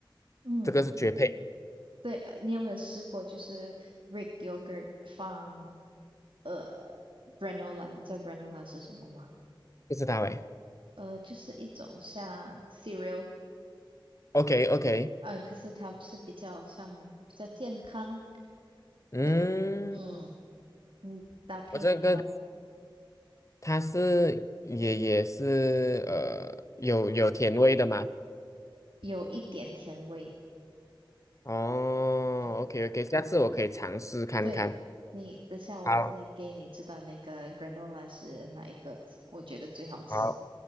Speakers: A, on the right; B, on the left.
A: 嗯
B: 这个是绝配，
A: 对，呃你有没有试过就是 Greek yogurt 放？呃，granola，你知道 granola 是什么吗？
B: 不知道诶。
A: 呃，就是一种像 cereal，
B: OK OK。
A: 呃，可是它是比较像比较健康，
B: 嗯，
A: 呃嗯，你搭配那个
B: 我这个它是也也是呃有有甜味的嘛？
A: 有一点甜味，
B: 哦，OK
A: 呃，
B: OK，下次我可以尝试看看。
A: 对，你等下我再给你知道那个
B: 好，
A: granola 是哪一个，我觉得最好吃。
B: 好，